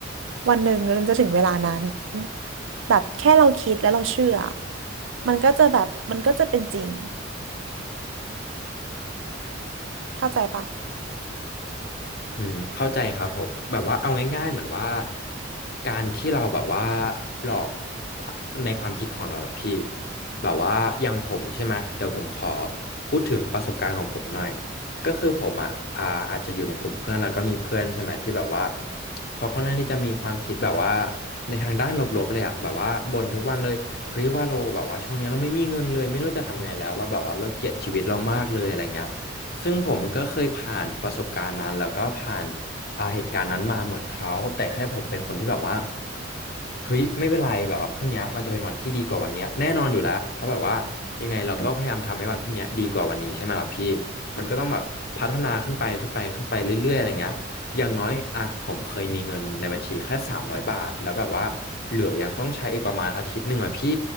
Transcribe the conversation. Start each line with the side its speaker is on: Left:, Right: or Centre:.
Right: วันหนึ่งมันจะถึงเวลานั้นแบบแค่เราคิดแล้วเราเชื่อ มันก็จะแบบมันก็จะเป็นจริงเข้าใจปะ
Left: อืมเข้าใจครับผมแบบว่าเอาง่ายๆเหมือนว่าการที่เราแบบว่าหลอกความในความคิดของเราเหรอพี่แบบว่าอย่างผมใช่ไหมเดี๋ยวผมขอพูดถึงประสบการณ์ของผมหน่อยก็คือผมอ่ะอ่าอาจจะอยู่ในกลุ่มเพื่อนแล้วก็มีเพื่อนใช่ไหมที่แบบว่าเขาค่อนข้างที่จะมีความคิดแบบว่าในทางด้านลบๆเลยอะแบบว่าบ่นทุกวันเลยเฮ้ยว่าเราแบบว่าช่วงเนี้ยเราไม่มีเงินเลยไม่รู้จะทำไงแล้วเราแบบว่าเราเกลียดชีวิตเรามากเลยอะไรเงี้ย ซึ่งผมก็เคยผ่านประสบการณ์นั้นแล้วก็ผ่านอ่าเหตุการณ์นั้นมาเหมือนเขาแต่แค่ผมเป็นคนที่แบบว่าเฮ้ยไม่เป็นไรแบบว่าพรุ่งเนี้ยมันจะเป็นวันที่ดีกว่าวันเนี้ยแน่นอนอยู่แล้วเพราะแบบว่ายังไงเราก็พยายามทำให้วันพรุ่งเนี้ยดีกว่าวันนี้ใช่ไหมล่ะพี่มันก็ต้องแบบพัฒนาขึ้นไปขึ้นไปขึ้นไปเรื่อยๆอะไรเงี้ยอย่างน้อยอ่ะผมเคยมีเงินในบัญชีแค่3 0ยบาทแล้วแบบว่าเหลือยังต้องใช้อีกประมาณอาทิตย์หนึ่งอ่ะพี่